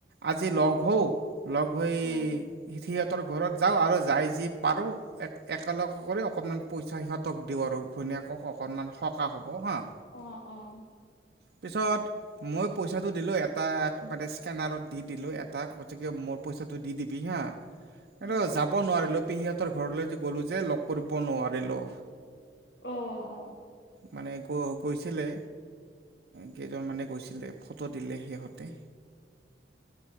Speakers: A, on the right (about 65°); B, on the left (about 65°).
A: আজি লগ হওঁ। লগ হৈ
B: অ
A: সি ত তৰ ঘৰত যাওঁ আৰু যাই যি পাৰোঁ এক একেলগে কৰি অকণমান পইচা সিহঁতক দিওঁ আৰু ঘূণীয়েকক অকণমান সকাহ হ'ব হা।
B: অ' অ'।
A: পিছত মই পইচাটো দিলোঁ এটা মানে স্কেনাৰত দি দিলোঁ এটা গতিকে মোৰ পইচাটো দি দিবি হা। এইটো
B: উম
A: যাব নোৱাৰিলো। পেহী ঘৰলৈ যে গ'লো যে, লগ কৰিব নোৱাৰিলো।
B: অ অ
A: মানে গ গৈ লে কেইজন মানে গৈছিলে, ফটো দিলে সিহঁতে।